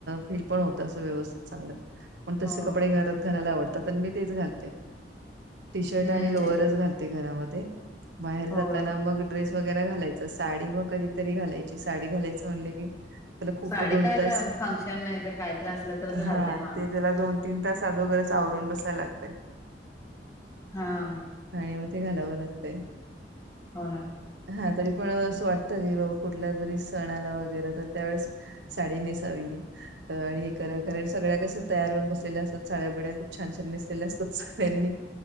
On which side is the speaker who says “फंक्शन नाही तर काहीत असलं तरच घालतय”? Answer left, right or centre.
Left